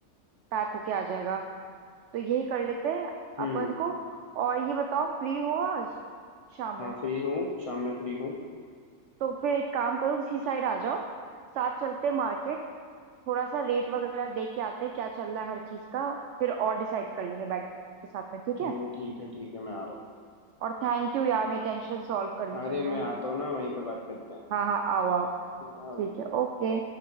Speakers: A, on the right (about 65°); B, on the left (about 50°).
A: पैक होके आ जाएगा तो यही कर लेते हैं
B: हम्म
A: अपन को और ये बताओ फ्री हो आज शाम में
B: हाँ फ्री हूँ शाम में फ्री हूँ
A: तो फिर एक काम करो इसी साइड आ जाओ साथ चलते मार्केट थोड़ा सा रेट वगैरह देख के आते हैं क्या चल रहा है हर चीज का फिर और डिसाइड कर लेंगे बैठ के साथ में ठीक
B: चलो
A: है
B: ठीक है ठीक है मैं आ रहा हूँ
A: और थैंक यू यार मेरी टेंशन सॉल्व कर दी
B: अरे
A: तुमने
B: मैं आता हूँ ना वहीं पे बात करते हैं
A: हाँ हाँ आओ आओ
B: ओके
A: ठीक है ओके